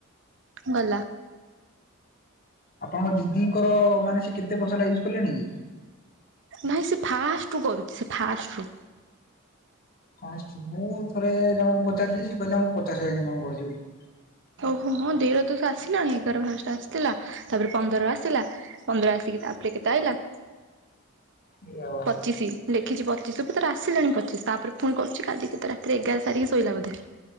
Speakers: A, on the right; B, on the left.
A: ଗଲା।
B: ଆପଣଙ୍କ ଦିଦିଙ୍କର ମାନେ ସେ କେତେ ବର୍ଷ ହେଲା ୟୁଜ୍ କଲେଣି କି
A: ନାଇଁ ସେ ଫାଷ୍ଟ ରୁ କରୁଛି ସେ ଫାଷ୍ଟ ରୁ
B: ଆଁ ଆସଛି ମୁଁ ଥରେ ଜଣଙ୍କୁ ପଚାରିଥିଲି ସେ କହିଲା ମୁଁ ପଚାଶ ହଜାର ଇନକମ କରିଛି ବୋଲି
A: ଓହୋ ହଁ ଦେଇର ତ ସେ ଆସିଲାଣି ଏଗାର ଫାଷ୍ଟେ ଆସିଥିଲା। ତାପରେ ପନ୍ଦର ଆସିଲା। ପନ୍ଦର ଆସିକି ତାପରେ, କେତେ ଅଇଲା?
B: ଏ ବାବାରେ
A: ପଚିଶି। ଲେଖିଛି ପଚିଶି ତ ଭିତରେ ଆସିଲାଣି ପଚିଶି। ତାପରେ, ପୁଣି କହୁଛି କାଲିିକିତ ରାତିରେ ଏଗାର ସାରିକି ଶୋଇଲା ବୋଧେ।